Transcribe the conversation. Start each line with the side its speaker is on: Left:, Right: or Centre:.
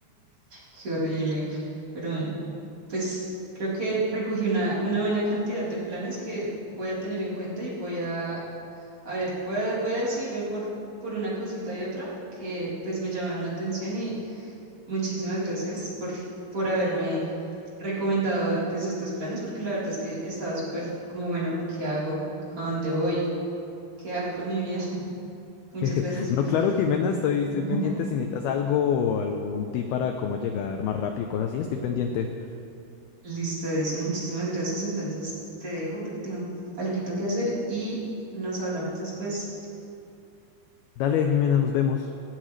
Right: qué horrible. Pero bueno, pues creo que recogí una, una buena cantidad de planes que voy a tener en cuenta y voy a, a ver, voy a, voy a decidirme por, por una cosita y otra que pues me llamaron la atención Muchísimas gracias por, por haberme recomendado pues estos planes, porque la verdad es que estaba súper como, bueno, ¿qué hago? ¿A dónde voy? ¿Qué hago con mi vida? <laughs> Muchas
Left: <laughs>
Right: gracias
Left: No,
Right: por...
Left: claro, Jimena, estoy, estoy
Right: <laughs>
Left: pendiente si necesitas algo o algún tip para cómo llegar más rápido y cosas así, estoy pendiente.
Right: Listo, Edison, muchísimas gracias. Entonces te dejo porque tengo algo que hacer y nos hablamos después.
Left: Dale, Jimena, nos vemos.